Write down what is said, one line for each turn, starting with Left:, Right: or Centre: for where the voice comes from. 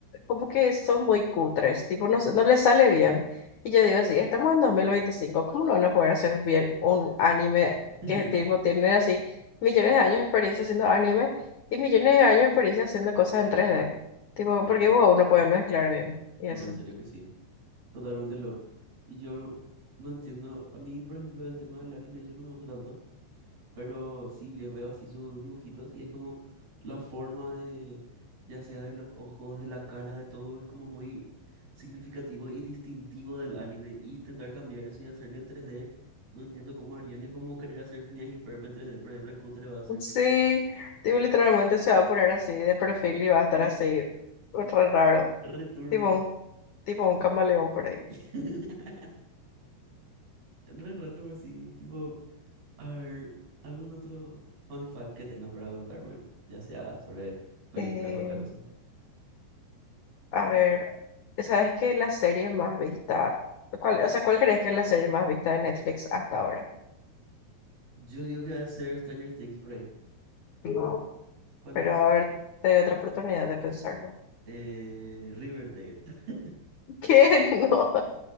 Left: como que son muy cutres. Tipo, no, se- no les sale bien. Y yo digo así, estamos en dos mil veinticinco ¿cómo no van a poder hacer bien un anime
Right: <laughs>
Left: que tipo, tiene así millones de años de experiencia haciendo anime y millones de años de experiencia haciendo cosas en tres d Tipo,
Right: Ujú.
Left: porque wow, no puede mezclar bien. Y
Right: No,
Left: eso.
Right: en serio que sí. Totalmente lo. Y yo no, no entiendo. A mí, por ejemplo, el tema del anime, eso no me gusta tanto. Pero sí ve- veo así sus dibujitos y es como la forma de, ya sea de los ojos, de la cara, de todo, es como muy significativo y distintivo del anime. Y intentar cambiar eso y hacerle en tres d no entiendo cómo harían. Es como querer hacer Phineas y Ferb en tres d pero ahí recutre va a ser.
Left: Sí, tipo, literalmente se va a poner así de perfil y va a
Right: Sí.
Left: estar así, re raro,
Right: Re turbio.
Left: tipo un, tipo un camaleón por ahí.
Right: <laughs> Re random así, tipo, a ver, algún otro fun fact que tengas para contarme, ya sea sobre películas
Left: Eh,
Right: o otra cosa.
Left: a ver, ¿sabes qué la serie más vista? ¿Cuál, o sea, cuál crees que es la serie más vista de Netflix hasta ahora?
Right: Yo digo que debe ser Stranger Things por ahí.
Left: No,
Right: ¿Cuál
Left: pero
Right: es?
Left: a ver, te doy otra oportunidad de pensarlo.
Right: Eh, Riverdale. <laughs>
Left: <laughs> ¿Qué? No.